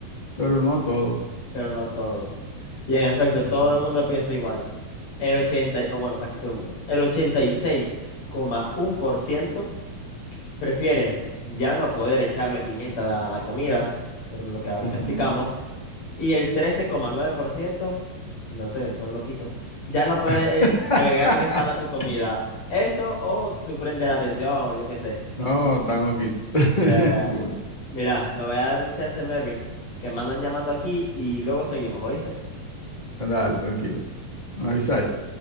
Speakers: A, on the left (about 20°); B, on the left (about 50°).
A: pero no todo. pues.
B: pero no todo. Y en efecto,
A: Ajá.
B: todo el mundo piensa igual. El ochenta, y- o bueno, casi todo el mundo. El ochenta y seis coma uno por ciento Prefiere ya no poder echarle pimienta a la comida, por lo que ahorita
A: Ujú.
B: explicamos, y el 13,9%, no sé, son loquitos, ya no poder
A: <laughs>
B: eh, agregarle sal a tu comida. Eso o sufren de la tensión, o yo qué sé.
A: No, tan loquito. <laughs>
B: Eh,
A: Como-
B: mira, me voy a dar un chance, Mervin, que me andan llamando aquí y luego seguimos, ¿oíste?
A: Dale, tranquilo. Avisa ahí.